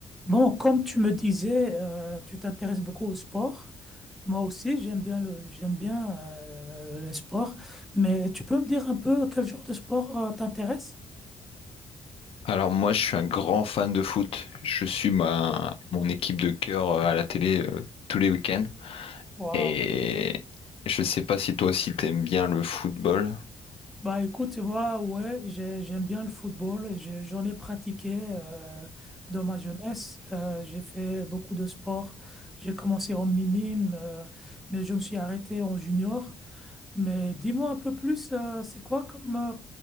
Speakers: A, in the centre; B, on the left.
A: Bon, comme tu me disais, euh, tu t'intéresses beaucoup au sport. Moi aussi, j'aime bien le, j'aime bien euh, le sport. Mais tu peux me dire un peu quel genre de sport euh, t'intéresse?
B: Alors moi, je suis un grand fan de foot. Je suis ma mon équipe de cœur euh, à la télé euh, tous les week-ends.
A: Wow.
B: Et je sais pas si toi aussi t'aimes bien le football.
A: Bah écoute, moi, ouais, j'ai- j'aime bien le football. J'ai- J'en ai pratiqué euh, dans ma jeunesse. Euh, j'ai fait beaucoup de sport. J'ai commencé en minime, euh, mais je me suis arrêté en junior. Mais dis-moi un peu plus, euh, c'est quoi comme, euh,